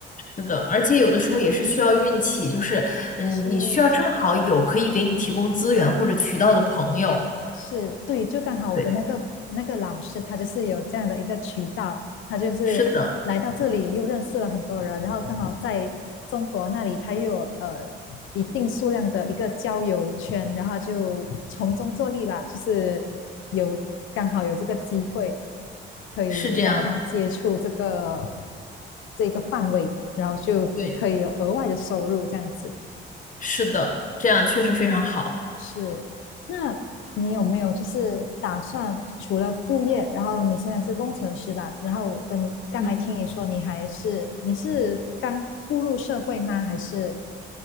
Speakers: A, on the left (about 40°); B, on the left (about 80°).
A: 是的，而且有的时候也是需要运气，就是嗯，
B: 是
A: 你需要正好有可以给你提供资源或者渠道的朋友。
B: 是，对，就刚好我的那个那个老师，
A: 对，
B: 他就是有这样的一个渠道，他就是来到这里又认识了很多人，
A: 是的，
B: 然后刚好在中国那里他又有呃一定数量的一个交友圈，然后他就从中作利吧，就是有刚好有这个机会可以让他接触这个
A: 是这样，
B: 这一个范围，然后就可以有额外的收入这样子。
A: 对，是的，这样确实非常好。
B: 是，那你有没有就是打算除了副业，然后你现在是工程师吧？然后我跟你刚才听你说你还是你是刚步入社会吗？
A: 嗯。
B: 还是